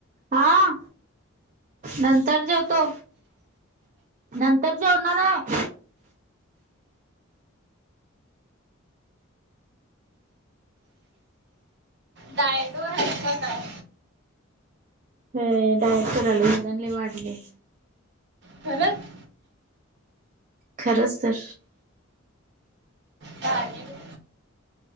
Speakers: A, on the right; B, on the right.
A: हा नंतर जेवतो नंतर जेवणार आहे
B: जाायडोर ह काय
A: हे डायट कराले वजनले वाढले
B: खरंच
A: खरंच तर
B: चालेल